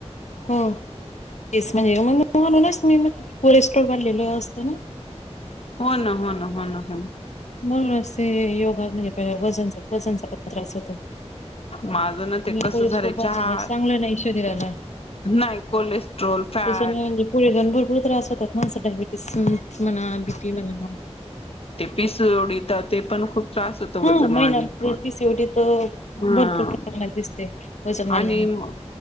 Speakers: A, on the left (about 85°); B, on the left (about 55°).
A: हो तेच म्हणजे मग म्हणूनच मी <inaudible> कोल् स्टोरवरलेलो असतो ना?
B: हो ना हो ना हो ना हो ना
A: म्हणून असते योगा <inaudible> म्हणजे पहि वजनचा वजनचा पण त्रास होतो
B: माझं ना ते
A: आणि
B: कसं
A: कोलेस्ट्रॉल
B: झालंय
A: वाढलेलं
B: चहा--नाही
A: चांगलं नाही शरीराला.
B: कोलेस्ट्रॉल फॅट
A: त्याच्याने म्हणजे <inaudible> त्रास होतात <inaudible> <inaudible> म्हणा बीपी म्हणा
B: पिस उडित ते पण खूप त्रास होतो
A: हा
B: वजन
A: महिला
B: वाढलं कि
A: पीसीओडी तर
B: मला
A: भरपूर
B: हं
A: प्रमाणात दिसते वजन वाढल्याने.
B: आणि म